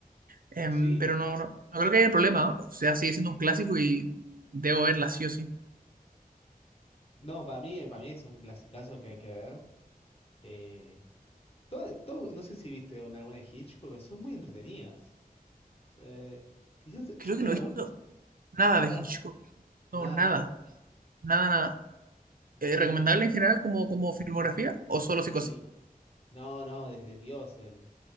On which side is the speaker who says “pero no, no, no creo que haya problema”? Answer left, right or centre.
Right